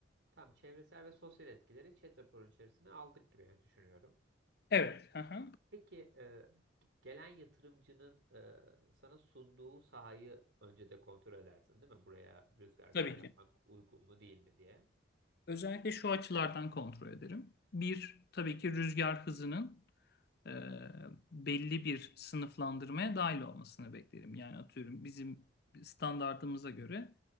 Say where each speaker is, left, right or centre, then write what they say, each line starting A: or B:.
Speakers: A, on the right; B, on the left.
A: Tamam çevresel ve sosyal etkileri chat raporun içerisine aldık gibi düşünüyorum.
B: Evet, hı hı.
A: Peki e, gelen yatırımcının e, sana sunduğu sahayı önce de kontrol edersin değil mi? Buraya rüzgar
B: Tabii
A: türbini yapmak
B: ki.
A: uygun mu değil mi diye.
B: Özellikle şu açılardan kontrol ederim. Bir, tabii ki rüzgar hızının e, belli bir sınıflandırmaya dahil olmasını beklerim. Yani atıyorum bizim standartımıza göre